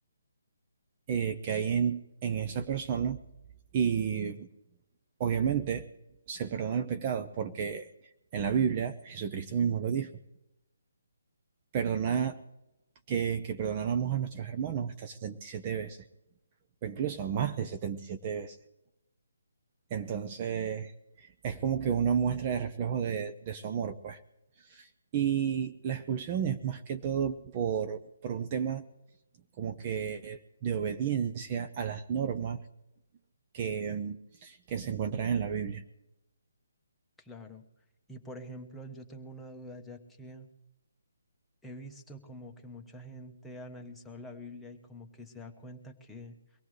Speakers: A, on the right; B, in the centre.
A: eh, que hay en, en esa persona y obviamente se perdona el pecado, porque en la Biblia Jesucristo mismo lo dijo. Perdona que, que perdonáramos a nuestros hermanos hasta 77 veces, o incluso más de 77 veces. Entonces, es como que una muestra de reflejo de, de su amor, pues. Y la expulsión es más que todo por, por un tema como que de obediencia a las normas que, que se encuentran en la Biblia.
B: claro. Y por ejemplo, yo tengo una duda ya que he visto como que mucha gente ha analizado la Biblia y como que se da cuenta que